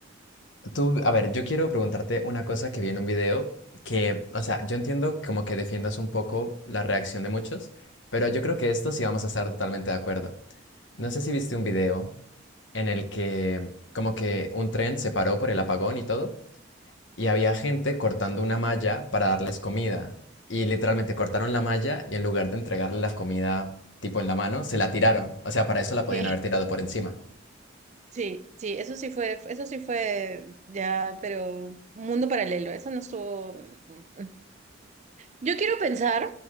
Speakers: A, on the left (about 70°); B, on the right (about 40°).
A: tú, a ver, yo quiero preguntarte una cosa que vi en un video que, o sea, yo entiendo como que defiendas un poco la reacción de muchos, pero yo creo que esto sí vamos a estar totalmente de acuerdo. No sé si viste un video en el que como que un tren se paró por el apagón y todo. y había gente cortando una malla para darles comida. Y literalmente cortaron la malla y en lugar de entregarle la comida tipo en la mano, se la tiraron. O sea, para eso la
B: Sí,
A: podían haber tirado por encima.
B: Sí, sí, eso sí fue, eso sí fue ya, pero un mundo paralelo, eso no estuvo. mm, Yo quiero pensar